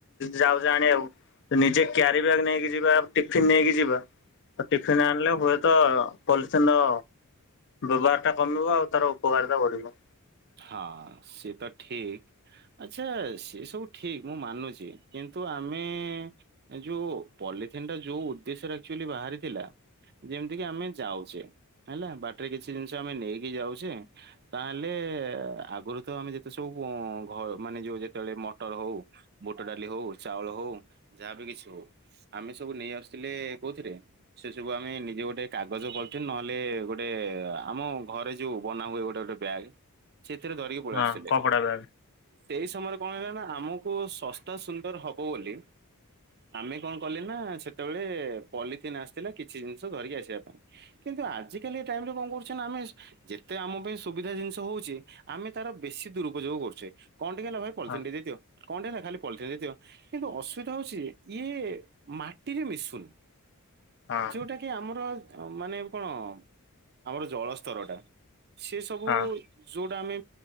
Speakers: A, on the left (about 55°); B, on the right (about 45°).
A: ଯାଉଛେ ଆଣିବାକୁ ତ ନିଚେ କ୍ୟରି ବ୍ୟାଗ ନେଇକି ଯିବା ଟିଫିନ ନେଇକି ଯିବା। ତ ଟଟିଫିନ୍ ଆଣିଲେ ହୁଏ ତ ପଲିଥିନ ର ବ୍ୟବହାର ଟା କମିବ ଆଉ ତାର ଉପକାର ଟା ବଢିବ।
B: ହଁ ସେ ତ ଠିକ ଆଛା ସେ ସବୁ ଠିକ ମୁଁ ମାନୁଛି କିନ୍ତୁ ଆମେ ଯୋଉ ପଲିଥିନ୍ ଟା ଯୋଉ ଉଦ୍ଦେଶ୍ୟରେ ଆକ୍ଚୁଲି ବାହାରିଥିଲା ଯେମିତି କି ଆମେ ଯାଉଛେ ହେଲା ବାଟରେ କିଛି ଜିନିଷ ଆମେ ନେଇକି ଯାଉଛେ ତାହେଲେ ଆଗରୁ ତ ଆମେ ଯେତେ ସବୁ ଘ ମାନେ ଯୋଉ ଯେତେବେଳେ ମ ଟର ହଉ ବୁଟ ଡାଲି ହଉ ଚାଉଳ ହଉ ଯାହାବି କିଛି ହଉ ଆମେ ସବୁ ନେଇ ଆସୁଥିଲେ କୋଉଥିରେ ସେ ସବୁ ଆମେ ନିଜେ ଗୋଟେ କାଗଜ କରିଥିଲୁ ନହେଲେ ଗୋଟେ ଆମ ଘରେ ଯୋଉ ବନା ହୁଏ ଗୋଟେ ଗୋଟେ ବ୍ୟାଗ ସେଥିରେ ଧରିକି ପଳେଇ
A: ହଁ
B: ଆସିଥିଲେ।
A: କପଡା ବ୍ୟାଗ
B: ସେଇ ସମୟରେ କଣ ହେଲା ନା ଆମକୁ ଶସ୍ତା ସୁନ୍ଦର ହବ ବୋଲି ଆମେ କଣ କଲେ ନା ସେତେବେଳେ ପଲିଥିନ୍ ଆସିଥିଲା କିଛି ଜିନିଷ ଧରିକି ଆସିବା ପାଇଁ କିନ୍ତୁ ଆଜିକାଲି ଟାଇମରେ କଣ କରୁଛ ନା ଆମେ ଯେତେ ଆମ ପାଇଁ ସୁବିଧା ଜିନିଷ ହଉଛି ଆମେ ତାର ବେଶୀ ଦୁରୁପଯୋଗ କରୁଛେ କଣ ଟିକି ହେଲା ଭାଇ ପଲଥିନି
A: ହଁ
B: ଟେ ଦେଇଦିଅ। କଣଟା ହେଲା ଖାଲି ପଲିଥିନ୍ ଟେ ଦିଅ କିନ୍ତୁ ଅସୁବିଧା ହଉଛି ଇଏ ମାଟିରେ ମିଶୁନି।
A: ହଁ।
B: ଯୋଉଟା କି ଆମର ମାନେ କଣ ଆମର ଜଳସ୍ତର ଟା ସେ ସବୁ
A: ହଁ
B: କୋଉଟା ଆମେ